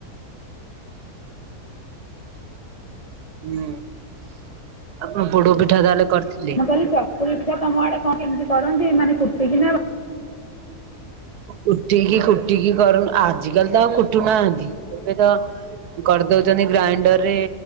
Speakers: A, on the right; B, on the left.
A: ହୁଁ, ଆପଣ ପୋଡ ପିଠା ତାହେଲେ କରି।
B: ମୁଁ କହିଲି ଚକୁଲ ପିଠା ତମ ଆଡେ କଣ କେମିତି କରନ୍ତି ମାନେ କୁଟିକି?
A: କୁଟିକୁଟିକି କରନ ଆଜିକା ତ ଆଉ କୁଟୁନାହାନ୍ତି। ଏବେ ତ କରିଦଉଛନ୍ତି ଗ୍ରାଇଣ୍ଡର ରେ